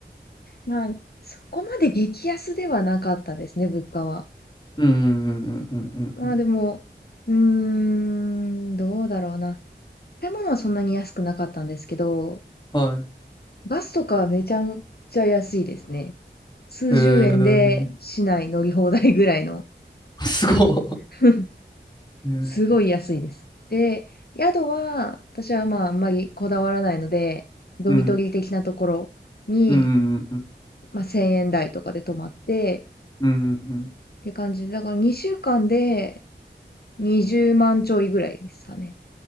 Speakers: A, on the left (about 60°); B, on the left (about 25°).
A: まあ、そこまで激安ではなかったですね、物価は。
B: うんうんうんうんうんうん。
A: まあでも、うーん、どうだろうな。食べ物はそんなに安くなかったんですけど、
B: はい。
A: バスとかはめちゃくちゃ安いですね。数十円で市内乗り放題ぐらいの。
B: へえー、<laughs> すご
A: <laughs>
B: い。ね
A: すごい安いです。で、宿は、私はまああんまりこだわらないので、ドミトリー的なところに
B: うんうんうんうん
A: まあ、1000円台とかで泊まって、
B: うんうん。うん
A: っていう感じで、だから2週間で20万ちょいぐらいですかね。